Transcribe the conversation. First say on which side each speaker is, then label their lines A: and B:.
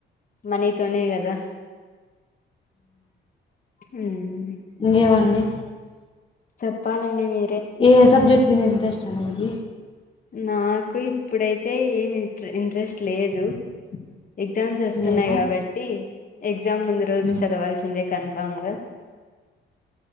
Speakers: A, on the left; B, on the left.
A: మనీతోనే కదా ఉమ్
B: ఇంగే వండి
A: చెప్పాలండి మీ
B: ఏ సబ్జెక్ట్ మీద ఇంట్రెస్ స్టండి
A: నాకు ఇప్పుడైతే ఏమి ఇంట్రె ఇంట్రెస్ట్ లేదు ఎగ్జామ్స్ వస్తున్నాయి
B: లేదా
A: కాబట్టి ఎగ్జ గ్జామ్ ముందు రోజు
B: ఉమ్,
A: చదవాల్సిందే కన్ఫామ్ంగా